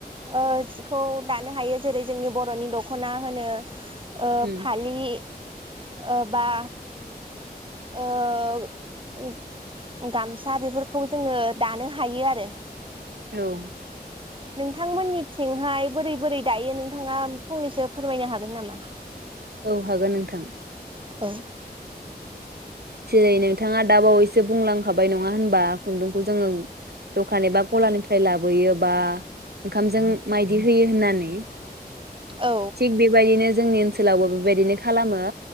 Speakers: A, on the right; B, on the right.
A: ओ जिखौ दानो हायो। जेरै जोंनि बरनि दखना होनो। ओ
B: उम
A: फालि। ओ बा ओ गामसा बेफोरखौ जोङो दानो हायो आरो
B: औ
A: नोंथांमोननिथिंहाय बोरै बोरै दायो नोंथाङा फंनैसो फोरमायनो हागोन नामा?
B: औ हागोन नोंथां।
A: औ
B: जेरै नो बिथाङा दा बावैसो बुंलांखाबाय नङा होनबा खुन्दुंखौ जोङो दखान एबा गलानिफ्राय लाबोयो बा ओंखामजों माइ <unintelligible> होयो होननानै
A: औ
B: थिग बेबायदिनो जोंनि ओनसोलावबो बेबायदिनो खालामो